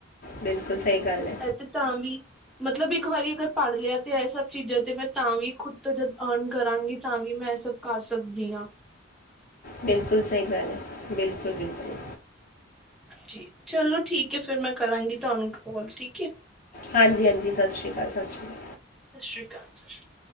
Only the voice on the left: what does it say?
ਬਿਲਕੁਲ ਸਹੀ ਗੱਲ ਹੈ
ਬਿਲਕੁਲ ਸਹੀ ਗੱਲ ਏ ਬਿਲਕੁਲ, ਬਿਲਕੁਲ।
ਹਾਂਜੀ, ਹਾਂਜੀ ਜ ਸਤਿ ਸ਼੍ਰ ਅਕਾਲ ਤਿ ਸ਼੍ਰ ਅਕਾਲ